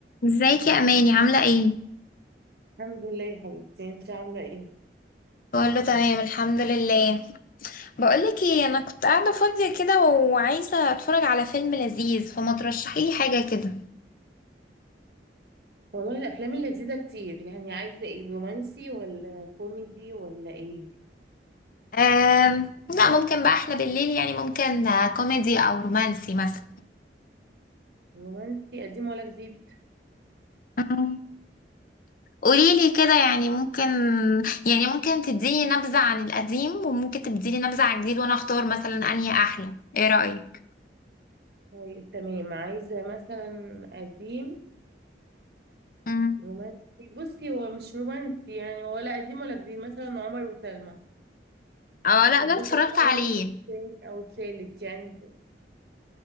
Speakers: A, on the left; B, on the right.
A: ازيك يا اماني عامله ايه
B: الحمد لله يا حبيبتي انت عامله ايه
A: كله تمام الحمد لله بقولك ايه انا كنت قاعده فاضيه كده وعايزه اتفرج على فيلم لذيذ فما ترشحي لي حاجه كده
B: والله الافلام اللذيذه كتير يعني عايزه ايه رومانسي ولا كوميدي ولا ايه
A: أم... لا ممكن بقى احنا بالليل يعني ممكن كوميدي او رومانسي مثلا
B: رومانسي قديم ولا جديد
A: أم، قوليلي كده يعني ممكن يعني ممكن تديني نبذه عن القديم وممكن تديني نبذه عن الجديد وانا اختار مثلا انهي احلى ايه رايك
B: طيب تمام عايزه مثلا قديم
A: مم.
B: رومانسي بصي هو مش رومانسي يعني ولا قديم ولا جديد مثلا عمر وسلمى
A: اه لا
B: الجزء
A: ده اتفرجت
B: الاول
A: عليه
B: والثاني او الثالث يعني